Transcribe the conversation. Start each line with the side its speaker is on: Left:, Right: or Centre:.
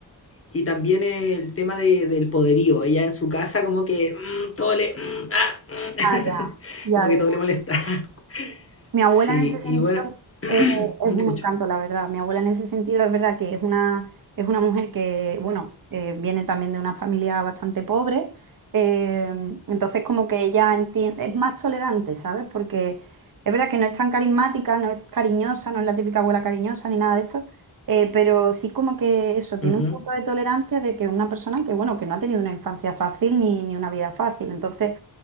Left: y también el tema de, del poderío. Ella en su casa como que mm, todo le... mm, ah, mm, <laughs>
Right: Ah, ya. Ya,
Left: como que
Right: ya,
Left: todo le molesta. <laughs>
Right: Mi abuela
Left: Sí,
Right: en ese sentido
Left: y bueno, <clears throat>
Right: eh,
Left: no
Right: es un
Left: te escucho.
Right: encanto, la verdad. Mi abuela en ese sentido es verdad que es una, es una mujer que, bueno, eh, viene también de una familia bastante pobre. eh, entonces como que ella entiende, es más tolerante, ¿sabes? Porque es verdad que no es tan carismática, no es cariñosa, no es la típica abuela cariñosa ni nada de esto. eh, pero sí como que eso, tiene
Left: Ujú,
Right: un punto de tolerancia de que una persona que, bueno, que no ha tenido una infancia fácil ni, ni una vida fácil. Entonces...